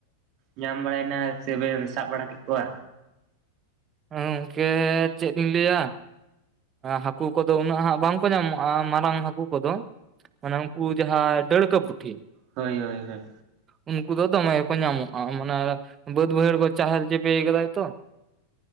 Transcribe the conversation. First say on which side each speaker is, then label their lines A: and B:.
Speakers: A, on the right (about 40°); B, on the right (about 25°).
A: ᱧᱟᱢ ᱵᱟᱲᱟᱭᱮᱱᱟ ᱥᱮᱵᱮᱱ ᱥᱟᱵ ᱵᱟᱲᱟ ᱠᱮᱜ ᱠᱚᱣᱟ,
B: ᱦᱮᱸ ᱜᱚᱝᱠᱮ ᱪᱮᱫ ᱞᱤᱧ ᱞᱟᱹᱭᱟ, ᱦᱟᱹᱠᱩ ᱠᱚᱫᱚ ᱩᱱᱟᱹᱜ ᱦᱟᱸᱜ ᱵᱟᱝᱠᱚ ᱧᱟᱢᱚᱜᱼᱟ ᱢᱟᱨᱟᱝ ᱦᱟᱹᱠᱩ ᱠᱚᱫᱚ᱾ ᱚᱱᱮ ᱩᱱᱠᱩ ᱡᱟᱦᱟᱸᱭ ᱰᱟᱹᱲᱠᱟ. ᱯᱩᱴᱷᱤ,
A: ᱦᱳᱭ ᱦᱳᱭ ᱦᱳᱭ,
B: ᱩᱱᱠᱩ ᱫᱚ ᱫᱚᱢᱮ ᱜᱮᱠᱚ ᱧᱟᱢᱚᱜᱼᱟ ᱢᱟᱱᱮ ᱵᱟᱹᱫ ᱵᱟᱹᱭᱦᱟᱹᱲ ᱠᱚ ᱪᱟᱦᱮᱞ ᱪᱮᱯᱮ ᱠᱟᱫᱟᱭ᱾ ᱛᱚ